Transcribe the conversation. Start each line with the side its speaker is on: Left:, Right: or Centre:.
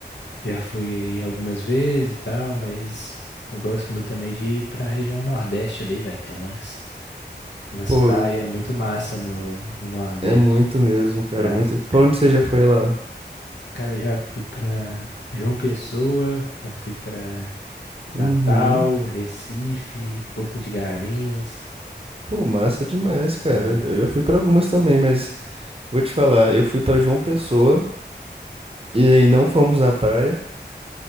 Left: já fui aí algumas vezes e tal, mas eu gosto muito também de ir pra região Nordeste ali, vai ter umas. Umas
Right: Pô,
Left: praias
Right: eu-
Left: muito massa no, no Nordeste
Right: é muito mesmo, cara,
Left: do Brasil,
Right: muito. Pra
Left: cara.
Right: onde você já foi lá?
Left: Cara, eu já fui pra João Pessoa, já fui pra Natal,
Right: Uhum.
Left: Recife, Porto de Galinhas,
Right: Pô, massa demais, cara.
Left: né?
Right: Eu já fui pra algumas também, mas vou te falar, eu fui pra João Pessoa e aí não fomos na praia.